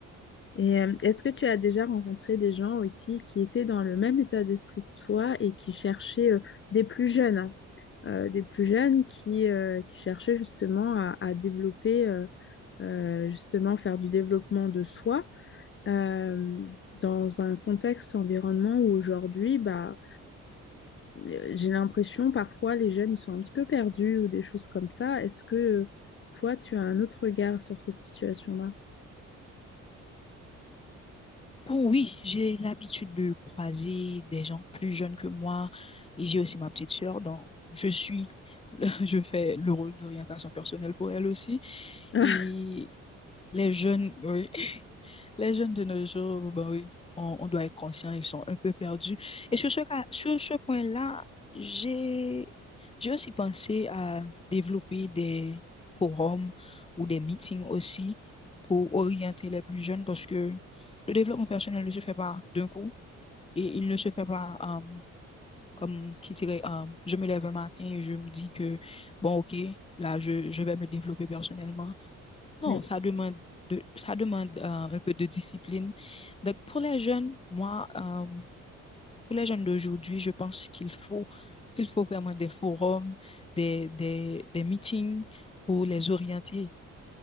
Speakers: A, on the left (about 40°); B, on the left (about 20°).
A: Et euh, est-ce que tu as déjà rencontré des gens aussi qui étaient dans le même état d'esprit que toi et qui cherchaient euh, des plus jeunes, hein, euh, des plus jeunes qui, euh, qui cherchaient justement à, à développer, euh, euh, justement faire du développement de soi euh, dans un contexte environnement où aujourd'hui, bah, euh, j'ai l'impression parfois les jeunes ils sont un petit peu perdus ou des choses comme ça. Est-ce que euh, toi tu as un autre regard sur cette situation-là?
B: Bon, oui, j'ai l'habitude de croiser des gens plus jeunes que moi et j'ai aussi ma petite sœur, donc je suis, <laughs> je fais le rôle d'orientation personnelle pour elle aussi.
A: <laughs>
B: Et les jeunes, oui, Les jeunes de nos jours, ben oui, on, on doit être conscient, ils sont un peu perdus. Et sur ce cas, sur ce point-là, j'ai, j'ai aussi pensé à développer des forums ou des meetings aussi pour orienter les plus jeunes parce que le développement personnel ne se fait pas d'un coup et il ne se fait pas euh, comme qui dirait, euh, je me lève un matin et je me dis que, bon, ok, là, je, je vais me développer personnellement. Non,
A: Oui,
B: ça demande de, ça demande euh, un peu de discipline. Donc, pour les jeunes, moi, euh, pour les jeunes d'aujourd'hui, je pense qu'il faut, qu'il faut vraiment des forums, des, des, des meetings pour les orienter